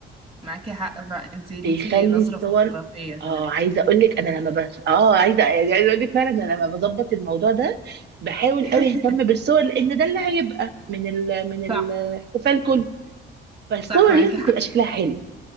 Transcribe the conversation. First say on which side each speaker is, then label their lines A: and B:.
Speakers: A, on the right; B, on the right.
A: معاكي حق فانت ليكي
B: بيخلي
A: نظرة
B: الصور
A: فوتوغرافية
B: اه
A: كمان
B: عايزه اقول لك انا لما بس اه عايزه يعني عايزه اقول لك فعلا انا لما بظبط الموضوع ده بحاول
A: <laughs>
B: قوي اهتم بالصور لان ده اللي هيبقى من ال... من الاحتفال
A: صح
B: كله فالصور
A: صح معاكي
B: لازم
A: حق
B: تبقى شكلها حلو